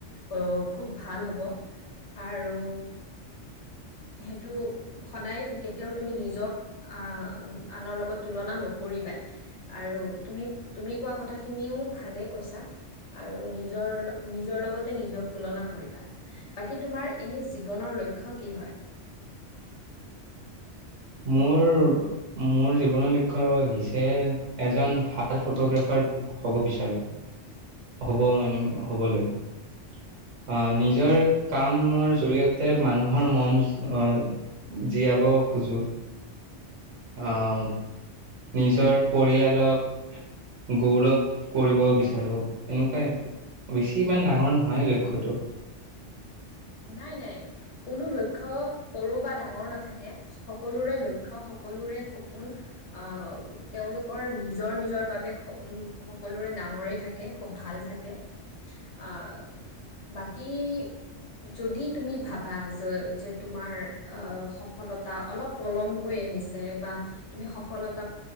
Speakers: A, on the left; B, on the right.
A: অ খুব ভাল হ'ব আৰু সেইটো সদায় কেতিয়াও তুমি নিজক আ আনৰ লগত তুলনা নকৰিবা আৰু তুমি তুমি কোৱা কথাখিনিও ভালেই কৈছা আৰু নিজৰ নিজৰ লগতে নিজক তুলনা কৰিবা বাকী তোমাৰ এনে জীৱনৰ লক্ষ্য কি হয়
B: মোৰ মোৰ জীৱনৰ লক্ষ্য হৈছে এজন ভাল ফটোগ্ৰাফাৰ হব বিচাৰো হ'ব মানে হবলৈ আহ নিজৰ কামৰ জৰিয়তে মানুহৰ মন আহ জীয়াবও খোজো আহ নিজৰ পৰিয়ালক গৌৰৱ কৰিব বিচাৰো এনেকুৱাই বেছি ইমান ডাঙৰ নহয় লক্ষ্যটো
A: নাই নাই কোনো লক্ষ্য সৰু বা ডাঙৰ নাথাকে সকলোৰে লক্ষ্য সকলোৰে সপোন আহ তেওঁলোকৰ নিজৰ নিজৰ বাবে সকলোৰে ডাঙৰেই থাকে খুব ভাল থাকে। অঁ বাকী যদি তুমি ভাবা যে যে তোমাৰ অ সফলতা অলপ পলমকৈ আহ বা তুমি সফলতাক